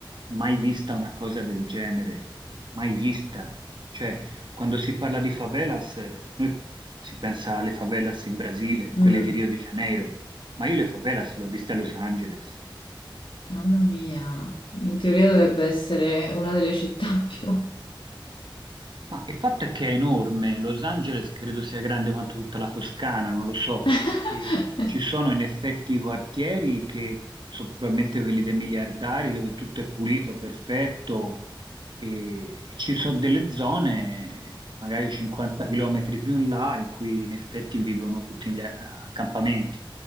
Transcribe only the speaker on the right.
Mai vista una cosa del genere. Mai vista. Cioè, quando si parla di favelas, eh, noi si pensa alle favelas in Brasile,
quelle di Rio de Janeiro, ma io le favelas le ho viste a Los Angeles.
Ma il fatto è che è enorme, Los Angeles credo sia grande quanto tutta la Toscana, non lo so,
e ci sono in effetti quartieri che sono probabilmente quelli dei miliardari dove tutto è pulito, perfetto, e ci sono delle zone, magari 50 km più in là, in cui in effetti vivono tutti gli accampamenti.